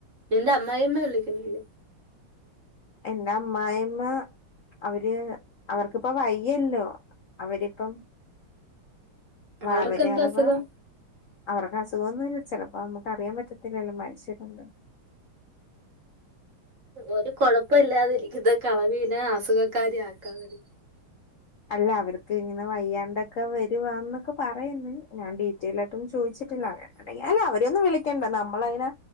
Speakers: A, on the right; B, on the left.
A: എന്റെ അമ്മായിയമ്മ വിളിക്കണെണ്
B: എന്റെ അമ്മായി അമ്മ അവര് അവർക്കിപ്പോ വയ്യല്ലോ അവരിപ്പം
A: അവർക്കെന്താ
B: അവര് അഥവാ
A: അസുഖം
B: അവർക്ക് അസുഖൊന്നുല്ല ചിലപ്പോ ഞമ്മക്ക് അറിയാൻ പറ്റത്തില്ലല്ലോ മനുഷ്യരല്ലേ
A: ഒരു കുഴപ്പല്ലാതിരിക്കുന്ന കെളവീനെ അസുഖക്കാരി ആക്കാതെടീ
B: അല്ലാ അവർക്ക് ഇങ്ങനെ വയ്യാണ്ടൊക്കെ വരുവാന്നൊക്കെ പറ പറയുന്നു ഞാൻ ഡീറ്റെയ്ലായിട്ട് ഒന്നും ചോദിച്ചിട്ടില്ല അങ്ങനെ അല്ല അവരെയൊന്നു വിളി <unintelligible> നമ്മൾ അയിന്